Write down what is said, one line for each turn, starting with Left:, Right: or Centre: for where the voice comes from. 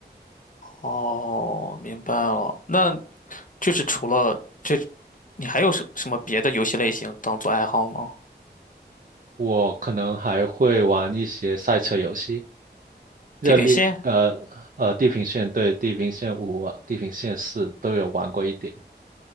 Left: 哦，明白了。那就是除了这，你还有什什么别的游戏类型当做爱好吗？
Right: 我可能还会玩一些赛车游戏，热力，
Left: 《地平线》
Right: 呃呃，地平线，对，地平线五啊、地平线四都有玩过一点。